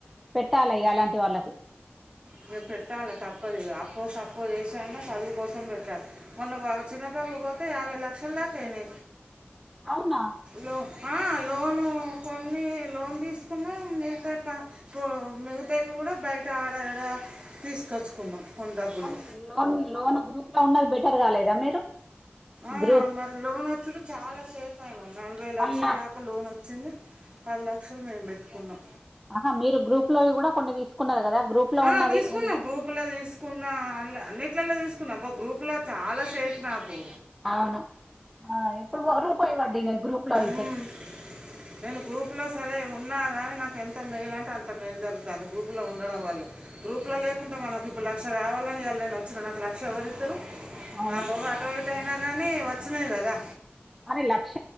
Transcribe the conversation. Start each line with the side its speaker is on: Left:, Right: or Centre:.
Centre: పెట్టాలి ఇగ అలాంటి వాళ్ళకు
Right: ఇంకా పెట్టాలి తప్పదు ఇగ అప్పో సప్పో చేసైనా చదువు కోసం పెట్టాలి మొన్న బబు చిన బబు పోతే యాబై లక్షల దాకా అయినీ
Centre: అవునా
Right: లో లోను కొన్ని లోన్ తీసుకున్నాం మిగతాయీ ప మిగతాయి కూడా బయట ఆడడ తీసుకొచ్చుకున్నాం కొన్ని డబ్బులు
Centre: కానీ లోన్ లోన్ గ్రూప్ లో ఉన్నది బెటర్ కాలేదా మీరు
Right: ఆ
Centre: గ్రూ
Right: మరి లోన్ వచ్చడు చాలా సేఫయినా నలభై లక్షల
Centre: మళ్ళా
Right: దాకా లోన్ వచ్చింది పది లక్షలు మేము పెట్టుకున్నాం
Centre: అహా మీరు గ్రూప్ లోవి కూడా కొన్ని తీసుకున్నారు కదా గ్రూప్ లో
Right: ఆ
Centre: ఉన్నది
Right: తీసుకున్నాం
Centre: ఉం,
Right: గ్రూప్ గ్రూప్ లో తీసుకున్న అన్నిట్లలో తీసుకున్నా ఒక గ్రూప్ లో చాలా సేఫ నాకు
Centre: అవును ఎప్పుడు రూపాయి వడ్డీనే గ్రూప్ లో అయితే
Right: ఉమ్. నేను గ్రూప్లో సరే ఉన్నా కానీ నాకు ఎంత మేలుంటే అంత మేలు జరుగుతుంది గ్రూప్లో ఉండడం వల్ల గ్రూప్లో లేకుంట మనకు ఇప్పుడు లక్ష కావాలని ఇవాళ నేను వచ్చిన నాకు లక్ష ఎవరిస్తారు
Centre: అవును
Right: నా రోజులు అటో ఇటో అయినా కానీ వచ్చినయి కదా
Centre: అదే లక్ష